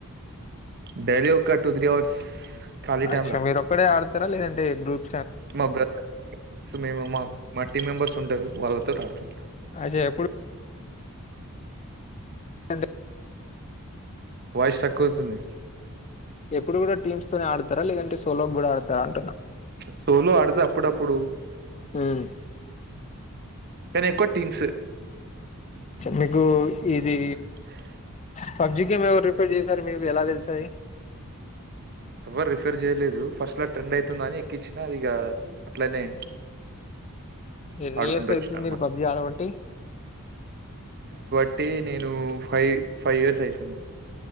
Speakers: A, on the right; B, on the left.
A: డైలీ ఒక్క టూ త్రీ అవర్స్ ఖాళీ టైమ్‌లా
B: అచ్చా మీరొక్కరె ఆడ <unintelligible> అండి గ్రూప్
A: మా బ్రదర్ మేము మా మా టీమ్ మెంబర్స్ ఉంటారు వాళ్ళతోటి ఆడుతా
B: అదే ఎప్పుడు అంటే
A: వాయిస్ స్ట్రక్క్కువుతుంది
B: ఎప్పుడు కూడా టీమ్స్ తోనే ఆడతారా లేదంటే సోలో కూడా ఆడతారా అంటున్నా
A: సోలొ ఆడుతం అప్పుడప్పుడు
B: హ్మ్మ్
A: కానీ ఎక్కువ టీమ్స్
B: నిగు ఇది
A: హ
B: పబ్జీ గేమ్ ఎవరూ రిఫర్ చేసారు మీకు ఎలా తెలిసాయి
A: ఎవరు రిఫర్ చేయలేదు ఫస్ట్లా ట్రెండ్ అయితుంది అని ఎక్కించినా ఇగ అట్లనే
B: ఎన్ని
A: ఆడుకుంటూ
B: ఇయర్స్ అయితుంది
A: వచ్చిననమాట.
B: మీరు పబ్జి ఆడబట్టి
A: అంటే నేను ఫైవ్ ఇయర్స్ అయితుంది